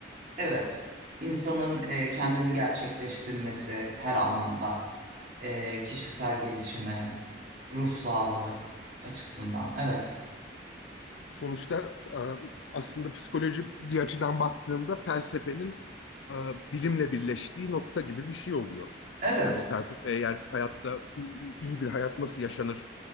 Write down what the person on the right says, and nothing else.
Evet, insanın e, kendini gerçekleştirmesi her anlamda, e, kişisel gelişimi, ruh sağlığı açısından. Evet,
evet,